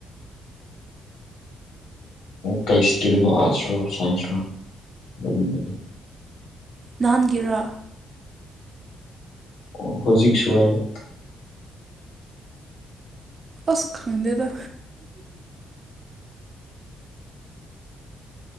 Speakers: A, on the left (about 65°); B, on the right (about 45°).
A: ꯀꯩ ꯏꯁꯇ꯭ꯔꯤꯝꯅꯣ ꯑꯥꯔꯠꯁꯔꯣ ꯁꯥꯏꯟꯁ꯭ꯔꯣ ꯑꯗꯨꯒꯨꯝꯕꯗꯤ
B: ꯅꯥꯍꯥꯟꯒꯤꯔꯣ
A: ꯑꯣ ꯍꯧꯖꯤꯛꯁꯨ ꯍꯥꯏꯕ
B: ꯑꯁ ꯈꯪꯗ‌ꯦꯗ